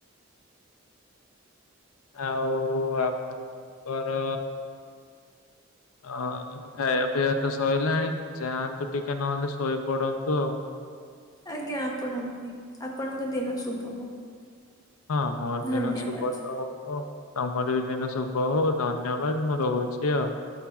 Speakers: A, on the left (about 85°); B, on the left (about 15°).
A: ଆଉ ଆପଣଙ୍କର ଅ ଖାଇବା ପିଇବା ତ ସଇଲାଣି ଯାଆନ୍ତୁ ଟିକେ ନହେଲେ ଶୋଇପଡନ୍ତୁ ଆଉ।
B: ଆଜ୍ଞା ଆପଣଙ୍କ ବି ଆପଣଙ୍କ ଦିନ ଶୁଭ ହଉ।
A: ହଁ ମୋରଦିନ
B: ଧନ୍ୟବାଦ।
A: ଶୁଭ ତ ହବ। ତମର ବି ଦିନ ଶୁଭ ହଉ ଧନ୍ୟବାଦ ମୁଁ ରହୁଛି ଆଉ।